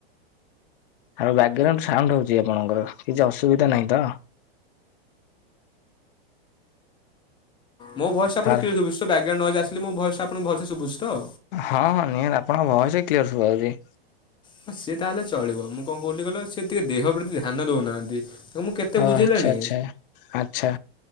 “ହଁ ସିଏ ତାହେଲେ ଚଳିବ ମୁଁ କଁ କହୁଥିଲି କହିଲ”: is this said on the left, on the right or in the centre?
Left